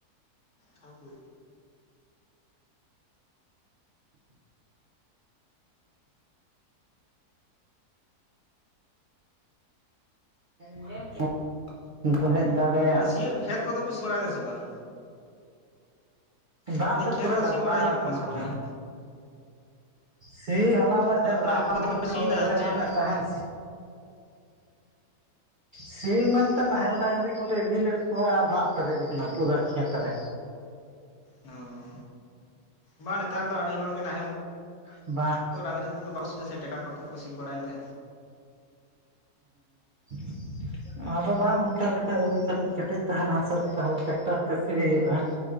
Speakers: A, on the left; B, on the right.
A: ᱥᱟᱵ ᱢᱮ
B: <inaudible> ᱫᱚ ᱦᱮᱡ ᱫᱟᱱᱟᱟᱲᱮ
A: ᱥᱤᱭᱳᱜ ᱠᱷᱮᱛ ᱠᱚᱫᱚᱯᱮ ᱥᱤ ᱵᱟᱲᱟᱭᱮᱫᱟ ᱥᱮ ᱵᱟᱝ
B: ᱫᱟᱜ
A: ᱢᱮᱱᱫᱟᱹᱧ
B: ᱛᱮ
A: ᱠᱷᱮᱛ
B: ᱯᱩᱨᱟᱹ
A: ᱠᱚ ᱥᱤ
B: ᱰᱟᱵᱨᱟ
A: ᱵᱟᱲᱟᱭ ᱦᱩᱭᱩᱜ
B: ᱟᱠᱟᱱᱟ
A: ᱠᱟᱱᱟ ᱥᱮ ᱵᱟᱝ?
B: ᱥᱤ ᱦᱚᱞᱟ ᱢᱟᱫᱷᱮᱨ
A: ᱟᱫᱚ ᱱᱟᱦᱮᱞ
B: ᱫᱟᱜ ᱵᱟᱝ
A: ᱠᱚᱛᱮ ᱯᱮ
B: ᱦᱩᱭᱞᱮᱱᱟ
A: ᱥᱤᱭᱮᱫᱟ
B: ᱩᱱ ᱨᱮ
A: ᱥᱮ
B: ᱢᱮᱱᱮᱫ ᱛᱟᱦᱮᱱ ᱥᱤ ᱢᱮᱱᱛᱮ ᱱᱟᱦᱮᱞ ᱰᱟᱝᱨᱤ ᱠᱚᱞᱮ ᱤᱫᱤ ᱞᱮᱫ ᱠᱚᱣᱟ ᱫᱟᱜ ᱯᱮᱨᱮᱡ ᱟᱠᱟᱱᱟ ᱯᱩᱨᱟᱹ ᱠᱷᱮᱛ ᱨᱮ
A: ᱚ ᱵᱟᱝ ᱱᱮᱛᱟᱨ ᱫᱚ ᱟᱹᱰᱤ ᱦᱚᱲ ᱜᱮ ᱱᱟᱦᱮᱞ
B: ᱵᱟᱜ
A: ᱰᱟᱝᱨᱤ ᱠᱚᱫᱚ ᱵᱟᱠᱚ ᱥᱮ ᱮᱫᱟ ᱥᱮ ᱴᱮᱠᱟᱨ ᱠᱚᱛᱮ ᱠᱚ ᱥᱤ ᱵᱟᱲᱟᱭᱮᱫᱟ
B: <unintelligible> ᱟᱫᱚ ᱵᱟᱝ ᱚᱱᱠᱟ ᱞᱮᱠᱟ ᱡᱩᱫᱤ ᱠᱮᱹᱴᱮᱡ ᱛᱟᱦᱮᱱᱟ ᱦᱤᱥᱟᱹᱵᱽ ᱛᱟᱦᱚᱞᱮ ᱴᱨᱟᱠᱴᱟᱨ ᱛᱮ ᱥᱤ ᱦᱩᱭᱩᱜᱼᱟ